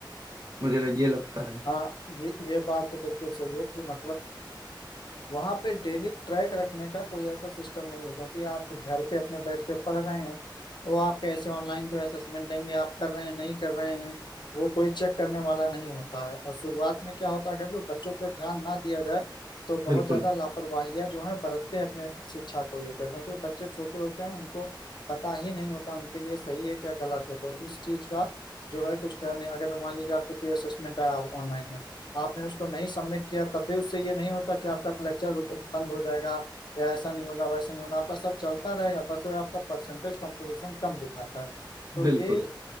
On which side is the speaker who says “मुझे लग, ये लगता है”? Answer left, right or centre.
Right